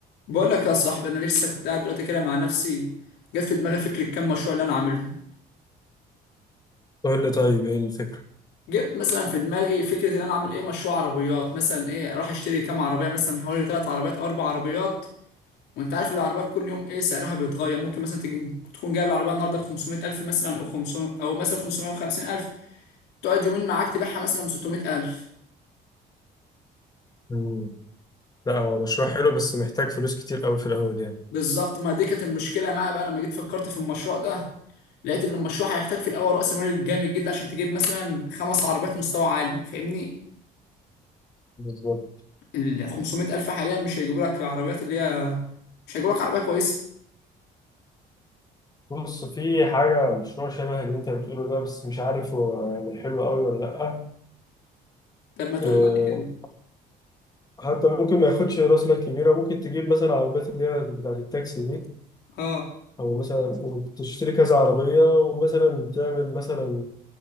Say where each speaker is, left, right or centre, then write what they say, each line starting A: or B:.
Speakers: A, on the left; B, on the left.
A: بقول لك يا صاحبي انا لسه كنت قاعد دلوقتي كده مع نفسي جت في دماغي فكره كام مشروع اللي انا عاملهم
B: قول لي طيب ايه الفكرة؟
A: جت مثلا في دماغي فكره ان انا اعمل ايه مشروع عربيات مثلا ايه اروح اشتري كام عربيه مثلا حوالي ثلاث عربيات او اربع عربيات وانت عارف العربيات كل يوم ايه سعرها بيتغير ممكن مثلا تيجي تكون جايب العربيه النهارده ب 500 الف مثلا او 500 او مثلا 550 الف تقعد يومين معاك تبيعها مثلا ب 600 الف
B: مم. لا هو مشروع حلو بس محتاج فلوس كتير قوي في الأول يعني
A: بالظبط ما دي كانت المشكله معايا بقى لما جيت فكرت في المشروع ده لقيت ان المشروع هيحتاج في الاول راس مال جامد جدا عشان تجيب مثلا خمس عربيات مستوى عالي فاهمني
B: بالظبط
A: ال 500 الف حاليا مش هيجيبوا لك العربيات اللي هي مش هيجيبوا لك عربيه كويسه
B: بص في حاجة مشروع شبه اللي أنت بتقوله ده بس مش عارف هو يعني حلو أوي ولا لأ
A: طب ما تقول
B: أه
A: لي بعد كده
B: حتى ممكن ما ياخدش رأس مال كبيرة ممكن تجيب مثلا عربيات اللي هي بتاعة التاكسي دي
A: اه
B: أو مثلا وتشتري كذا عربية ومثلا تعمل مثلا